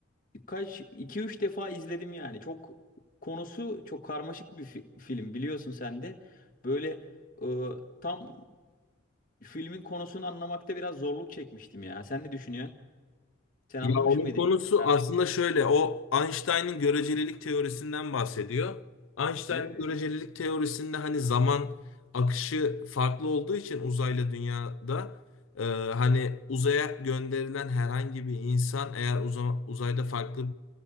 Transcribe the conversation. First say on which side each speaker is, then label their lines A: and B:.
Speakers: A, on the left (about 40°); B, on the left (about 75°).
A: Kaç iki üç defa izledim yani. Çok konusu çok karmaşık bir fi- film biliyorsun sen de. Böyle e, tam filmin konusunu anlamakta biraz zorluk çekmiştim ya. Sen ne düşünüyorsun? Sen anlamış
B: Ya onun
A: mıydın?
B: konusu
A: ilk seferde?
B: aslında şöyle, o Einstein'ın görecelilik teorisinden bahsediyor. Einstein'ın
A: Öyle
B: görecelilik
A: ya.
B: teorisinde hani zaman akışı farklı olduğu için uzayla dünyada e, hani uzaya gönderilen herhangi bir insan eğer uza- uzayda farklı